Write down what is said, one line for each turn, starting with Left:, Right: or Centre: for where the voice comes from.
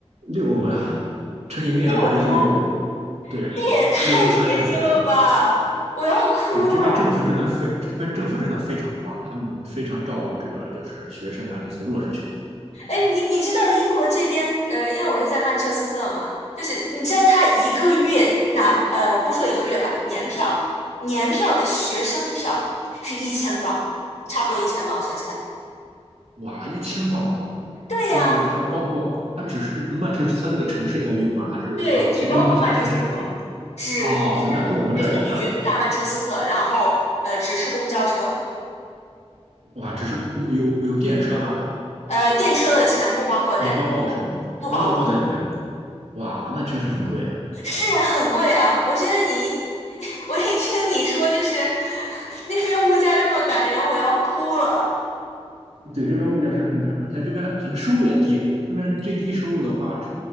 Right: 六欧呀，乘以零点二就是六欧，
Left: 六欧，
Right: 对，
Left: 这也太便宜了吧！
Right: 六欧三十天。
Left: 我要哭了。
Right: 对，这边政府真的非这边政府真的非常非常照顾这个就是学生啊这些弱势群体。
Left: 哎，你你知道英国这边，呃，因为我是在曼彻斯特嘛，就是你知道他一个月拿，呃，不说一个月吧，年票，年票的学生票是一千镑，差不多一千镑算下来。
Right: 哇，一千磅啊！
Left: 对呀，
Right: 是它包括它只是曼彻斯特这个城市可以用吗？还是到其英国其他城市也可以
Left: 对，只包括曼彻斯特，只只限只限于大曼彻斯特，
Right: 用？哦，那跟我们这儿一样，对。
Left: 然后呃，只是公交车，
Right: 哇，只是有有有电车吗？
Left: 呃，电车的钱不包括在里。
Right: 也包括是吗？
Left: 不包括。
Right: 不包括在里面。哇，那确实很贵啊。
Left: 是呀，很贵啊！我现在你一 <laughs> 我一听你说就是 <laughs> 那边物价这么感人，我要哭了。
Right: 对，这边物价确实很赶涨，在这边可能收入也低。这边最低收入的话，只